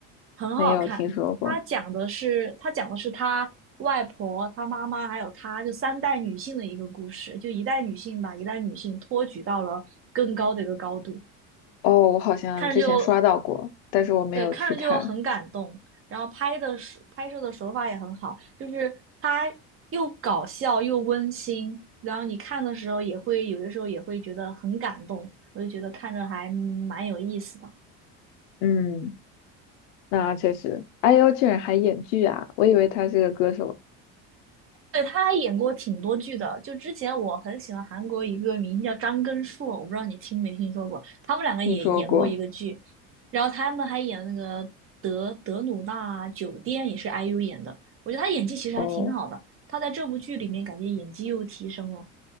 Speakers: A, on the right (about 40°); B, on the left (about 80°).
A: 很好看。
B: 没有听说过。
A: 他讲的是他讲的是他外婆、他妈妈还有他就三代女性的一个故事，就一代女性把一代女性托举到了更高的一个高度，
B: 哦，我好像之前刷到过，
A: 看着就
B: 但是我没有去看。
A: 对，看着就很感动，然后拍的是拍摄的手法也很好，就是它又搞笑又温馨，然后你看的时候也会有的时候也会觉得很感动，我就觉得看着还蛮有意思的。
B: 嗯，那确实，IU 居然还演剧啊，我以为他是个歌手，
A: 对，他还演过挺多剧的。就之前我很喜欢韩国一个明星叫张根硕，我不知道你听没听说过。他们两个也演过一个剧，
B: 听说过。
A: 然后他们还演那个德德鲁纳酒店，也是 IU 演的。我觉得他演技其实还挺好的，
B: 哦，
A: 他在这部剧里面感觉演技又提升了。